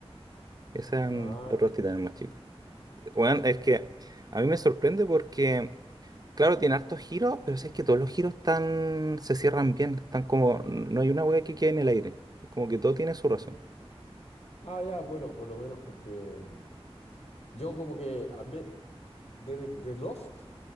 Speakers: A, on the right; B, on the left.
A: Esos eran
B: Ah,
A: los dos titanes más chicos. Bueno, es que a mí me sorprende porque, claro, tiene hartos giros, pero es que todos los giros están, se cierran bien. Están como, no hay una wea que quede en el aire. Como que todo tiene su razón.
B: ah, ya, bueno, por lo menos porque mm, yo como que a mí- desde de Lost,